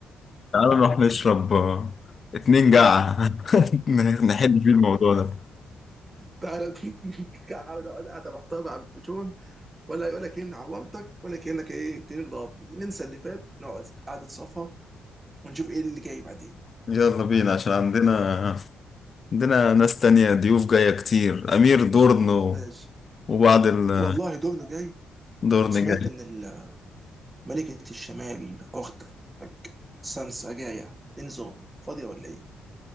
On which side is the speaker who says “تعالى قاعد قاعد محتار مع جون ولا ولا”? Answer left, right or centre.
Right